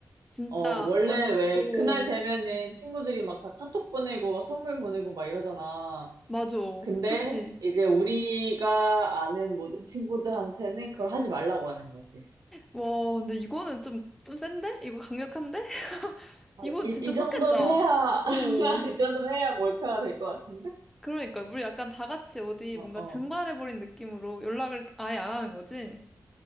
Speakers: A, in the centre; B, on the right.
A: 진짜
B: 어, 원래
A: 완,
B: 왜
A: 오,
B: 그날 되면은 친구들이 막 다 카톡 보내고 선물 보내고 막 이러잖아.
A: 맞아.
B: 근데
A: 그치.
B: 이제 우리가 아는 모든 친구들한테는 그걸 하지 말라고 하는 거지.
A: 와, 근데 이거는 좀, 좀 센데? 이거 강력한데? <laughs>
B: 아,
A: 이건
B: 이,
A: 진짜
B: 이
A: 속겠다.
B: 정도는 해야,
A: 오오...
B: <laughs> 이 정도는 해야 몰카가 될 것 같은데?
A: 그러니까 우리 약간 다 같이 어디
B: 어,
A: 뭔가 증발해버린
B: 어.
A: 느낌으로 연락을 아예 안 하는 거지?